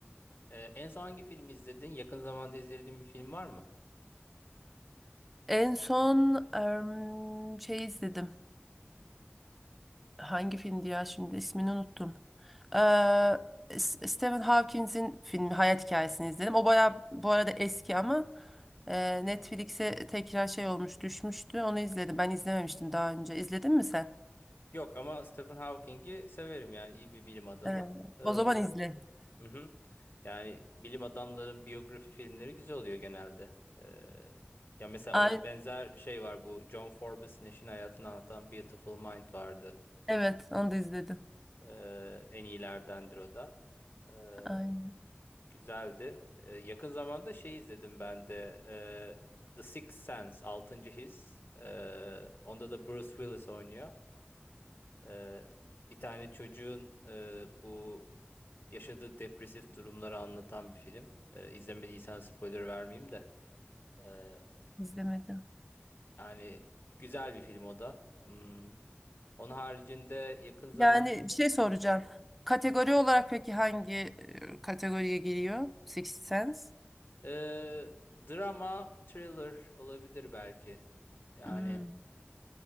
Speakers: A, on the left (about 55°); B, in the centre.
A: Ee, en son hangi filmi izledin? Yakın zamanda izlediğin bir film var mı?
B: En son em, şey izledim. Hangi filmdi ya şimdi ismini unuttum. Ee, S- Stephen Hawking'in filmi Hayat Hikayesini izledim. O baya bu arada eski ama e, Netflix'e tekrar şey olmuş düşmüştü. Onu izledim. Ben izlememiştim daha önce. İzledin mi sen?
A: Yok ama Stephen Hawking'i severim yani iyi bir bilim adamı.
B: Ee,
A: Ee, hı
B: o zaman izle.
A: hı. Yani bilim adamların biyografi filmleri güzel oluyor genelde. Ee, ya mesela
B: Aynen.
A: ona benzer şey var bu John Forbes'in eşinin hayatını anlatan Beautiful Mind vardı.
B: Evet onu da izledim.
A: Ee, en iyilerdendir o da. Ee,
B: Aynen.
A: Güzeldi. Ee, yakın zamanda şey izledim ben de. e, The Sixth Sense, Altıncı His. Ee, onda da Bruce Willis oynuyor. Ee, bir tane çocuğun e, bu yaşadığı depresif durumları anlatan bir film. Ee, izlemediysen spoiler vermeyeyim de. Ee,
B: İzlemedim.
A: yani güzel bir film o da. Hmm. Onun haricinde yakın zaman
B: Yani bir şey soracağım. Kategori olarak peki hangi e, kategoriye giriyor? Sixth Sense?
A: e, drama, thriller olabilir belki. Yani...
B: Hmm.